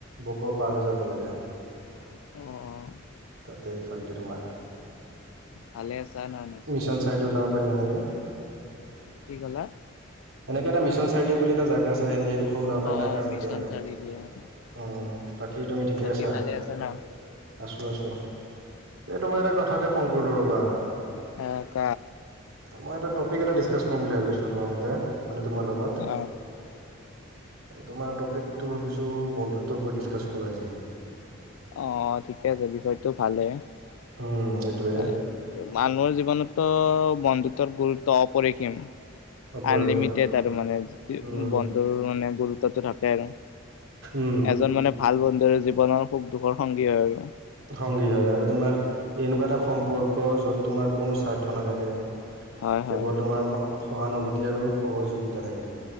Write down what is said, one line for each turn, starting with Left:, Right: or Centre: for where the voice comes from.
Right: বক' পাৰ হৈ যাব লাগে।
Left: অ
Right: তাতে এইফালেদি তোমাৰ
Left: ভালে আছা ন ন
Right: মিছন চাৰডি ওলাব পাৰি এনেকে।
Left: কি কলা।
Right: সনেকে এটা মিছন চাৰ্লি বুলি এটা জেগা আছে সেনেক সেই দুখৰ ওলাব পাৰে তাৰ
Left: অ
Right: কাষতে
Left: মিছন
Right: আৰু।
Left: চাৰিআলি অ
Right: উ বাকী তুমি ঠিকে
Left: বাকী
Right: আছা।
Left: ভালে ন?
Right: আছোঁ আছোঁ, এই তোমাৰ এটা কথাতে ফোন কৰিলো ৰবা।
Left: এ ক।
Right: মই এটা টপিক এটা ডিছকাছ কৰিম বুলি ভাবি আছলোঁ তোমাৰ মতে। মানে তোমাৰ লগত,
Left: অ
Right: তোমাৰ টপিক টপিকটো ভাবিছো বন্ধুত্বৰ ওপৰত ডিছকাছ কৰোঁ আজি।
Left: অ', ঠিকে আছে বিষয়টো ভালে।
Right: উম
Left: <inaudible>
Right: সেইটোৱে
Left: মানুহৰ জীৱনতো বন্ধুত্বৰ গুৰুত্ব অপৰিসীম।
Right: অপৰসীম
Left: আনলিমিটেড আৰু মানে
Right: উম
Left: বন্ধুৰ মানে গুৰুত্বটো থাকে আৰু।
Right: উম
Left: এজন মানে ভাল বন্ধুৰ জীৱনৰ সুখ- দুখৰ সংগী হয় আৰু।
Right: সংগী হয় আৰু তোমাৰ এনেকুৱা এটা সম্পৰ্ক য'ত তোমাৰ কোনো স্বাৰ্থ নাথাকে
Left: হয় হয়
Right: কেৱল তোমাৰ সহানুভূতি আৰু সহযোগিতা থাকে।